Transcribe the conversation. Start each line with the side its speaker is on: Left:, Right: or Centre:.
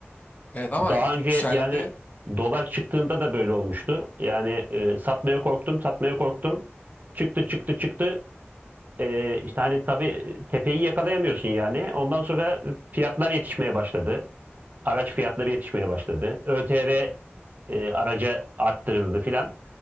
Left: Evet ama
Right: Daha
Left: yükseldi.
Right: önce yani dolar çıktığında da böyle olmuştu. Yani e, satmaya korktum, satmaya korktum. Çıktı, çıktı, çıktı. E, işte hani tabii tepeyi yakalayamıyorsun yani. Ondan sonra fiyatlar yetişmeye başladı. Araç fiyatları yetişmeye başladı. ÖTV e, araca arttırıldı filan.